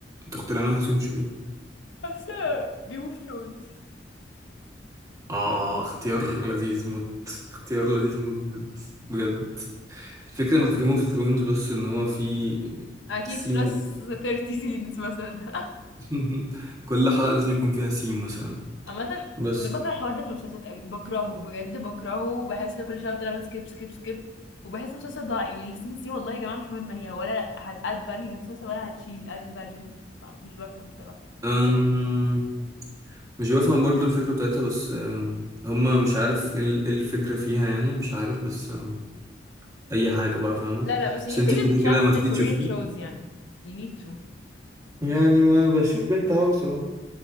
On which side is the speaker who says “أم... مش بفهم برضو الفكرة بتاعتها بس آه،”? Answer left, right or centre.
Right